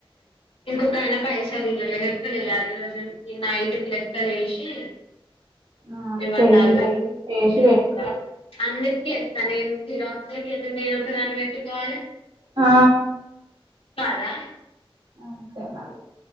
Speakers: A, on the left (about 75°); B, on the right (about 55°).
A: ఇంకొక ఆయనా పైసాలు ఇయ్యాలే లెక్కలు ఎయ్యాలి. ఈ రోజు ఈ నైట్కి లెక్కలు యెషి
B: ఆ
A: ఇగ
B: చెయ్యి
A: జాల్లె
B: చేసి
A: తెనే
B: పెట్టు
A: సి అన్నిటికి ఇస్తాను నేను జీరాక్స్ కింద నేను ఒక దాన్ని పెట్టుకోవాలి
B: ఆ
A: కాదా
B: అంతె మల్